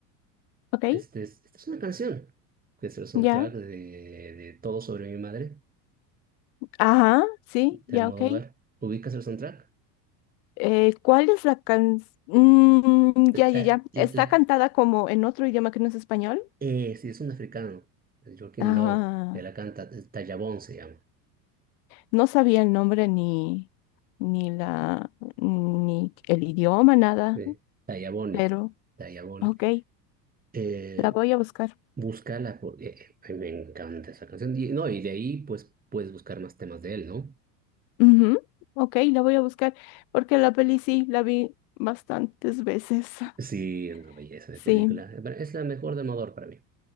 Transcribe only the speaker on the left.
Ok,
ya.
Ajá, sí,
ya,
ok.
Eh, ¿cuál es la can... Mm,
ya, ya,
ya. ¿Está
cantada como en otro idioma que no es español?
Ajá.
No sabía el nombre ni, ni la, ni el idioma, nada,
pero
ok,
la voy a buscar.
Ujú, ok, la voy a buscar porque la peli sí, la vi bastantes veces. <laughs>
Sí,